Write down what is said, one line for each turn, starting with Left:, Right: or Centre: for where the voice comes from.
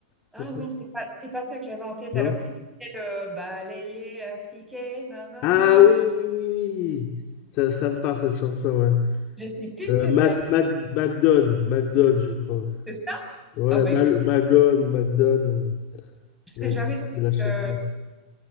Left: C'est
Centre: Ah
Left: ça?
Centre: non, c'est pas, c'est pas ça que j'avais en tête.
Left: Non?
Centre: Alors, tu sais, c'était le balayer, astiquer, nanana.
Left: Ah oui, oui, oui, oui. Ça, ça me parle, cette chanson, ouais.
Centre: Je sais plus
Left: Euh,
Centre: ce que
Left: Mac,
Centre: c'est.
Left: Mac, MacDonne, MacDonne, je crois.
Centre: C'est ça?
Left: Ouais,
Centre: Ah bah écoute,
Left: Mal, Maglone, MacDonne, euh,
Centre: je serais
Left: la-
Centre: jamais tombée
Left: de
Centre: sur
Left: la chanson.
Centre: le...